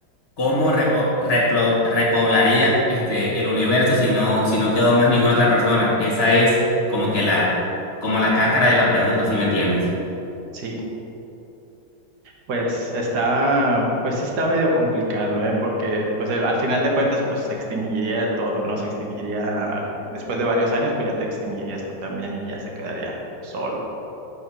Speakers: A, on the left (about 30°); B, on the right (about 60°).
A: ¿cómo repo- replo- repoblaría este el universo si no, si no quedó más ninguna otra persona? Esa es como que la, como la cáscara de la pregunta, si me entiendes? <laughs>
B: Sí, Pues está, pues sí está medio complicado, ¿eh? Porque pues el- al final de cuentas pues se extinguiría todo, ¿no? Se extinguiría, al fi- después de varios años pues ya te extinguirías tú también y ya se quedaría solo.